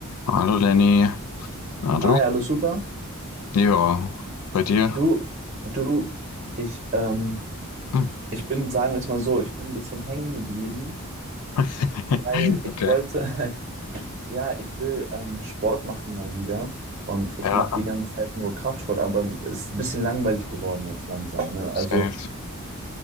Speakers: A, on the left; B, on the right.
A: Hallo Lenny, na du?
B: Hi, alles super?
A: Ja, bei dir?
B: Du, du, ich, ähm,
A: Hm.
B: ich bin, sagen wir es mal so, ich bin ein bisschen hängen geblieben,
A: <laughs>
B: weil ich
A: Okay.
B: wollte, <laughs> ja, ich will ähm, Sport machen mal wieder und ich
A: Ja,
B: mache die ganze Zeit nur Kraftsport, aber es ist ein bisschen langweilig geworden jetzt langsam, ne? Also,
A: safe.